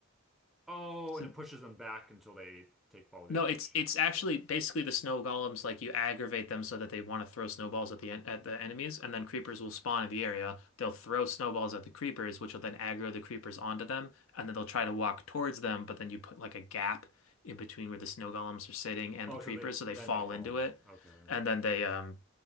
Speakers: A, in the centre; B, on the left.
A: oh,
B: So
A: and it pushes them back until they take fall damage
B: No, it's it's actually
A: or
B: basically the snow golems like you aggravate them so that they want to throw snowballs at the en at the enemies and then creepers will spawn in the area. They'll throw snowballs at the creepers which will then aggro the creepers onto them and then they'll try to walk towards them but then you put like a gap in between where the snow golems are sitting and
A: oh,
B: the creepers
A: so they
B: so
A: then
B: they fall
A: they fall.
B: into it
A: Okay.
B: and then they um